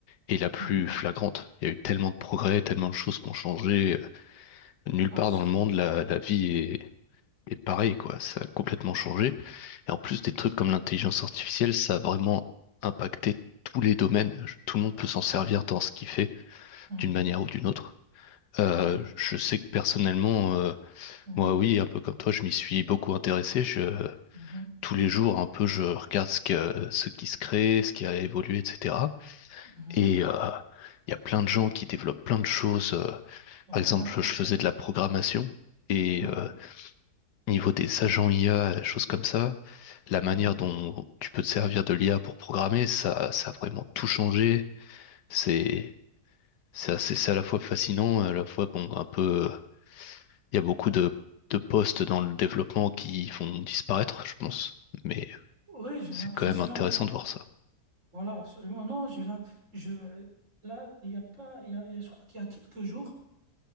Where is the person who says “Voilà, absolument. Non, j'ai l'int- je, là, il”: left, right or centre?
Right